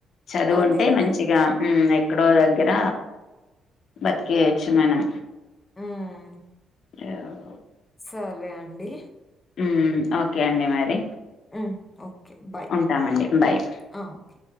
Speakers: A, on the left; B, on the left.
A: చదువుంటే
B: అదే. అదే.
A: మంచిగా మ్ ఎక్కడో దగ్గర బతికేయచ్చు మనం
B: హ్మ్.
A: ఏమో
B: సరే అండి
A: మ్ ఓకే అండి మరి
B: హ్మ్. ఓకే. బాయ్.
A: ఉంటామండి బయ్
B: ఆ! ఓకే.